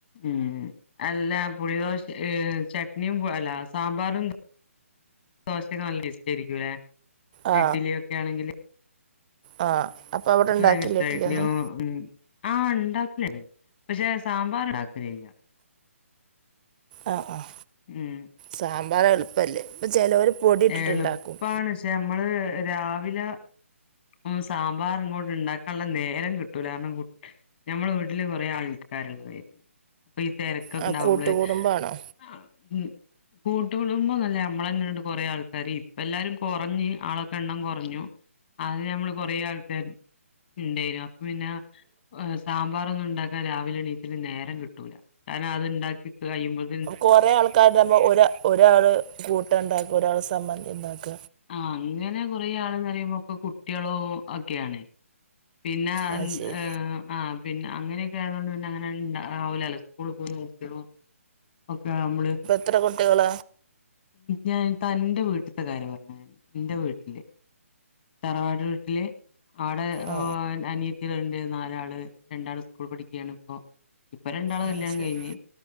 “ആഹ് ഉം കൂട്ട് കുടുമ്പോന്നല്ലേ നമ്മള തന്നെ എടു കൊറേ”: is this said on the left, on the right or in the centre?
Left